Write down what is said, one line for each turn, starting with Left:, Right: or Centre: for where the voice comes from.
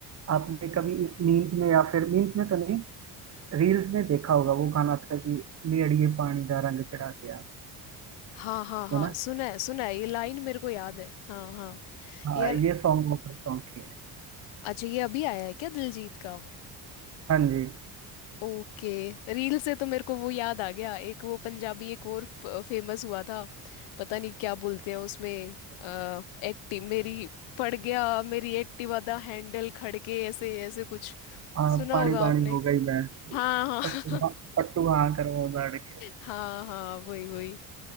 Right: आपने कभी इस मीम्स में या फिर मीम्स में तो नहीं रील्स में देखा होगा वो गाना था कि नी अड़िए पानी दा रंग चढ़ा के आ
Left: हाँ हाँ हाँ
Right: तो ना
Left: सुना है सुना है ये लाइन मेरे को याद है हाँ हाँ
Right: हाँ
Left: यार
Right: ये सॉन्ग वो सॉन्ग की है
Left: अच्छा ये अभी आया है क्या दिलजीत का
Right: हाँ जी
Left: ओके रील से तो मेरे को वो याद आ गया एक वो पंजाबी एक और फेमस हुआ था पता नहीं क्या बोलते हैं उसमें आ, एक्टिव मेरी फट गया मेरी एक्टिव आधा हैंडल खड़के ऐसे ऐसे कुछ
Right: हाँ
Left: सुना
Right: पानी
Left: होगा
Right: पानी
Left: आपने
Right: हो गई मैं
Left: हाँ हाँ
Right: पट्टू हाँ पट्टू
Left: <laughs>
Right: हाँ करवा दाड़ के
Left: हाँ हाँ वही वही